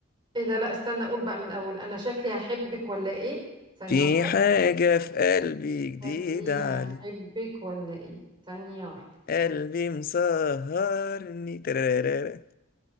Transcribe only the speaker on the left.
في
حاجة في قلبي جديدة
علي
قلبي مسهرني ترارارا